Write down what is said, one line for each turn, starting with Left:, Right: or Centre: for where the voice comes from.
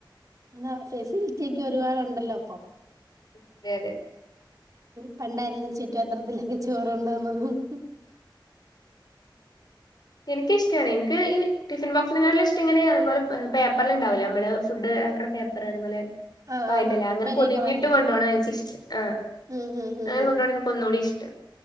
Right: എന്താ ഫെസിലിറ്റിയെക്കെ ഒരുപാടുണ്ടല്ലോ ഇപ്പൊ
Left: അതെ അതെ
Right: പണ്ടായിരുന്നു ചോറ്റുത്രത്തിലൊക്കെ ചോറോണ്ടോവണതും
Left: എനക്ക് ഇഷ്ടാണ് എനിക്ക് ഈ ടിഫിൻ ബോക്സിനെക്കാളഷ്ടം ഇങ്ങെ അത്പോലെ പേപ്പറ് ഉണ്ടാവില്ലേ നമ്മള് ഫുഡ് ആക്കണ പേപ്പർ അതുപോലെ
Right: ആഹ്
Left: വയൻ്റെല
Right: ആഹ് ആഹ്
Left: അങ്ങനെ
Right: ഇലയൊക്കെ
Left: പൊതിഞ്ഞിട്ട്
Right: വാട്ടിയിട്ട്
Left: കൊണ്ടോണത എനികിഷ്ടം ആ
Right: ഉം ഉം ഉം
Left: അങ്ങനെ
Right: ഉം
Left: കൊണ്ടാണതാ എനിക്ക് ഒന്നുകൂടി ഇഷ്ടം